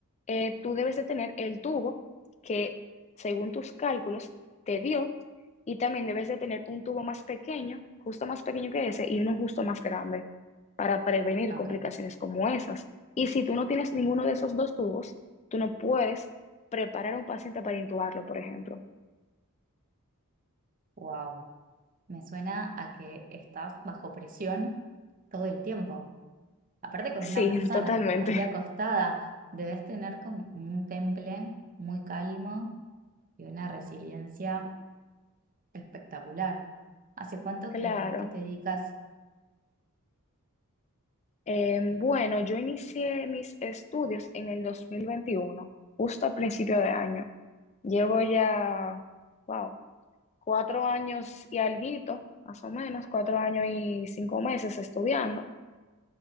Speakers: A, on the left; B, on the right.
A: eh, tú debes de tener el tubo que, según tus cálculos, te dio y también debes de tener un tubo más pequeño, justo más pequeño que ese y uno justo más grande para prevenir
B: ok,
A: complicaciones como esas. Y si tú no tienes ninguno de esos dos tubos, tú no puedes preparar a un paciente para intubarlo, por ejemplo.
B: wow. Me suena a que estás bajo presión todo el tiempo. Aparte con
A: Sí,
B: una persona
A: <laughs> totalmente.
B: ahí acostada, debes tener como un temple muy calmo y una resiliencia espectacular. ¿Hace cuánto
A: Claro.
B: que, que te dedicas?
A: Eh, bueno, yo inicié mis estudios en el 2021, justo a principio de año. Llevo ya, wow, cuatro años y alguito, más o menos, cuatro años y cinco meses estudiando,